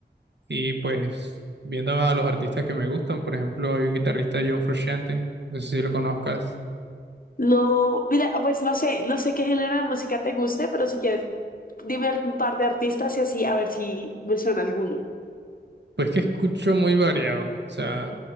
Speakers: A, on the right; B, on the left.
A: Y pues viendo a los artistas que me gustan, por ejemplo, hay un guitarrista John Frusciante, no sé si lo conozcas,
B: No, mira, pues no sé, no sé qué género de música te guste, pero si quieres, dime algún par de artistas y así a ver si me suena alguno.
A: pues que escucho muy variado. O sea,